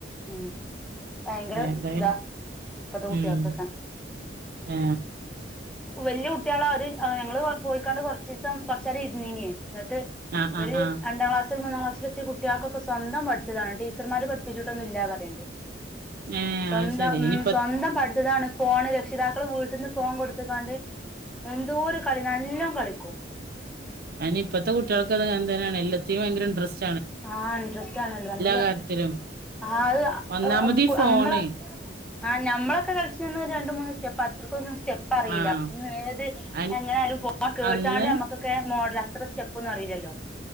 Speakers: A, in the centre; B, on the right (about 55°).
A: ഉം ഭയങ്കര
B: എ ഏന്തായാലും
A: ഇതാ ഇപ്പത്തെ
B: മ്
A: കുട്ടികൾക്കൊക്കെ
B: ആ
A: വെല്യ കുട്ടികള അത് അവ ഞങ്ങള് പോയിക്കണ്ട് കുറച്ചീസം കൊറച്ചെരം ഇരുന്നീനേ. എന്നിട്ട്
B: ആഹ് ആഹ്
A: ഒരു
B: ആഹ്
A: രണ്ടാം ക്ലാസ് ത്ര മൂന്നാം ക്ലാസ്സിലെത്യ കുട്ട്യാൾക്കൊക്കെ സ് സ്വന്തം പഠിച്ചതാണ്, ടീച്ചർമാര് പഠിപ്പിച്ചിട്ടൊന്നും ഇല്ല പറയണ്ട്.
B: ഏഹ്
A: സ്വന്തം
B: അത് ശെരി
A: മ്
B: ഇനിപ്പ
A: സ്വന്തം പടുത്തതാണ്. ഫോണ് രക്ഷിതാക്കള് വീട്ട്ന്ന് ഫോൺ കൊടുത്തക്കാണ്ട് എന്തോ ഒരു കളി നല്ലോം കളിക്കും. ഉം
B: അനി ഇപ്പത്ത കുട്ടികൾക്ക് <unintelligible> ആണ്. എല്ലാത്തിനും ഭയങ്കര ഇൻട്രസ്
A: ആഹ ഇൻട്രസ്റ്റ് ആണല്ലോ നല്ല
B: കാര്യത്തിലും
A: ആത്
B: ഒന്നാമത്
A: അ
B: ഈ ഫോണ്
A: അമള ആ നമ്മളൊക്കെ കളിച്ച രണ്ട് മൂന്ന് സ്റ്റെപ് <unintelligible> ചെപ്പ് അറിയില,
B: ആഹ്
A: ങ്ങ്നേത്
B: അൻ
A: എങ്ങനാലും പോ കേട്ടാണ്ട്
B: അന്ന്
A: നമ്മുക്കൊക്കെ മോഡല ത്ര സ്റ്റെപ്പ ന്നും അറിയില്ലല്ലോ